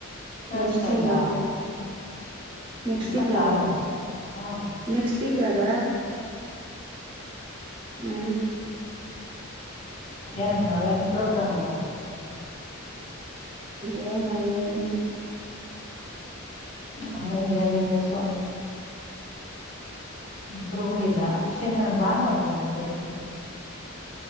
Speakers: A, on the left; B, on the right.
A: ಕೇಳಿಸ್ತಾ
B: ನೆಕ್ಸ್ಟ್ ತಿಂಗ್ಳದ.
A: ಇಲ್ಲ
B: ನೆಕ್ಸ್ಟ್
A: ಇಪ್ಪತ್ತಾರು
B: ತಿಂಗ್ಳದ <unintelligible>
A: ಹ್ಮ್
B: ನೆಕ್ಸ್ಟ್ ತಿಂಗ್ಳದ. ಹ್ಮ್
A: ಏನೇನ್ ನಾವೇನ್ ಪ್ರೋಗ್ರಾಮ್ ಹೋಗ್ಲ
B: ಏನ್ ನಾವೇನಿಲ್ಲ.
A: ನಾವು ಏನಿಲ್ಲ ಸ್ವಾಮಿ ಇಬ್ರು ಇಲ್ಲ. ಶನ ಭಾನುವಾರ ಹೋಗ್ಬೇಕಾಗಿತ್ತ.